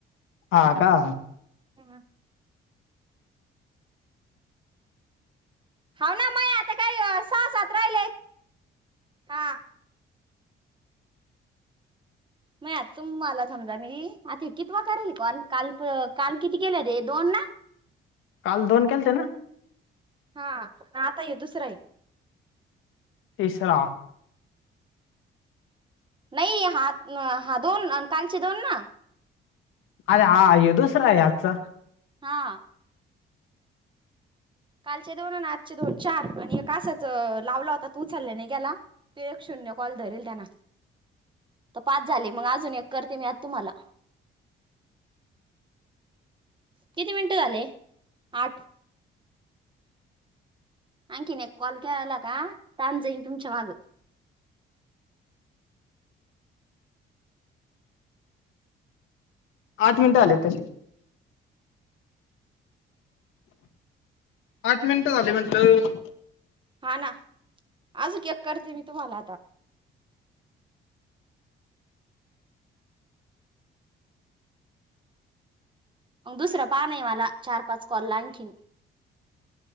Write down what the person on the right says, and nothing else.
ह होा ना मय आता काही सह सात राहिलेय हा म आ तुम मला समजा मी आ कितवा करेल कॉल काल काल किती केलते दोन ना
हा पन आता ये दुसरं आहे
नाही हा हा दोन कालचे दोन ना
हा कालचे दोन आणि आजचे दोन चार आणि का आसाच लावला होता तू उचाले नाही गेला तूक्ष कॉल धरल त्यांना तर पाच झाले मग अजून एक करते मी आत तुम्हाला किती मिनिटं झाले आठ आणंखीने एक कॉल कला का त जाईन तुमच्या माग
हा ना आज एक करते मी तुम्हाला आता अग दुसरा पा नाहीवाला चार पाच कॉल ला आणखीन